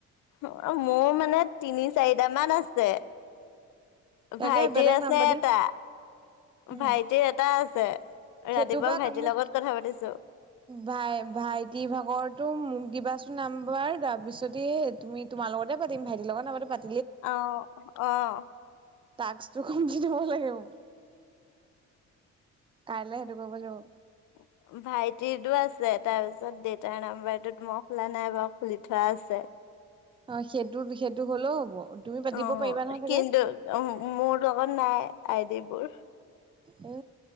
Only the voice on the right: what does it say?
তাকে
বেলেগ
নাম্বাৰ দি
উম
সেইটো
বা
মোক
ভাই- ভাইটি ভাগৰৰতো মগ দিবা নাম্বাৰ তাৰ পিছতে তুমি তোমাৰ লগতে পাতিম ভাইটিৰ লগৰ নামতে পাতিম।
টাক্সটো কম দি দিব লাগিব। কাইলৈ সেইটো কৰিব লাগিব।
অ, সেইটো - সেইটো হলেও হ'ব। তুমি পাতিব
পাৰিবা নহয় চাগে
এ